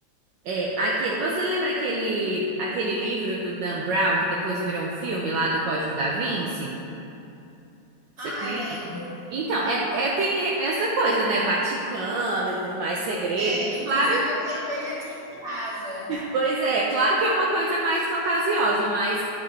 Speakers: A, on the right; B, on the right.
A: é, aque- você lembra aquele, aquele livro do Dan Brown, que depois virou um filme lá do Código da Vinci? Você
B: Ah,
A: conhece?
B: lembro.
A: Então, é, é- tem essa coisa, né? Vaticano e tudo mais, segredo.
B: É, inclusive
A: Claro,
B: eu tenho ele aqui em casa.
A: pois é, claro que é uma coisa mais fantasiosa, mas